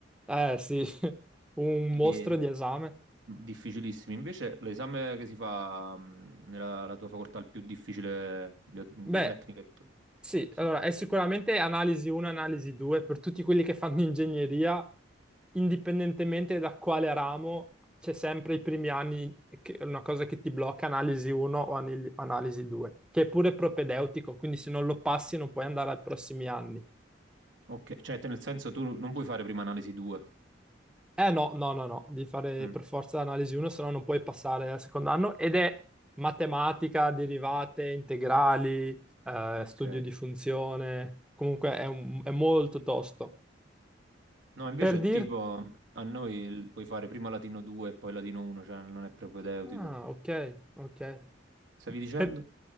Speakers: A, in the centre; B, on the right.
A: Eh sì, <laughs> un
B: E
A: mostro di esame.
B: mm, difficilissimi. Invece l'esame che si fa mm, nella la tua facoltà è il più difficile, bio- biotecnica,
A: Beh,
B: e tutto.
A: Sì,
B: Sì.
A: allora è sicuramente analisi 1, analisi 2 per tutti quelli che fanno ingegneria, indipendentemente da quale ramo, c'è sempre i primi anni che è una cosa che ti blocca analisi 1 o anali- analisi 2, che è pure propedeutico, quindi se non lo passi non puoi andare ai prossimi anni.
B: Ok, cioè te- nel senso tu non puoi fare prima analisi 2.
A: Eh no, no, no, no, devi fare
B: Mm,
A: per forza analisi 1, se no non puoi passare al secondo anno ed è matematica, derivate, integrali, eh,
B: Ok.
A: studio di funzione, comunque è un- è molto tosto.
B: No, invece
A: Per dirti...
B: tipo a noi il- puoi fare prima latino 2 e poi latino 1, cioè non è propedeutico.
A: Ah, ok, ok.
B: Stavi dicendo?
A: Per-